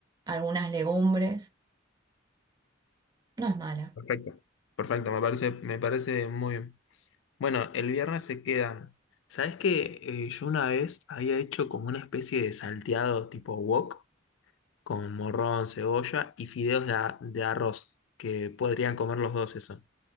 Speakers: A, on the right (about 20°); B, on the left (about 70°).
A: algunas legumbres, no es mala.
B: perfecto. Perfecto, me parece, me parece muy bien. Bueno, el viernes se quedan. ¿Sabes qué? Eh, yo una vez había hecho como una especie de salteado tipo wok con morrón, cebolla y fideos de, a- de arroz, que podrían comer los dos eso.